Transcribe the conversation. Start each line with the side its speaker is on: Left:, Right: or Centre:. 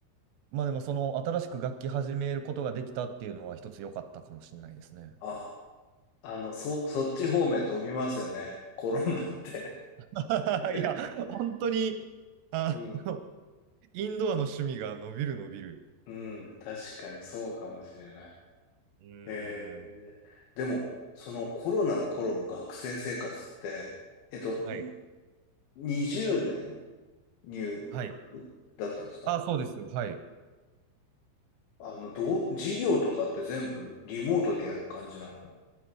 Right: まあでもその新しく楽器始めることができたっていうのは一つ良かったかもしれないですね。
Left: あ、あの、そ、そっち方面伸びますよね。コロナって。
Right: <laughs>
Left: <laughs>
Right: いや、本当に、あの、
Left: うん。
Right: <laughs> インドアの趣味が伸びる伸びる。
Left: うん。確かにそうかもしれない。
Right: うーん。
Left: えー、でも、そのコロナの頃の学生生活って、えっと、ん
Right: はい。
Left: 20年入学だったんですか
Right: はい。あ、そうです。はい。
Left: あの、どう、授業とかって全部リモートでやる感じなの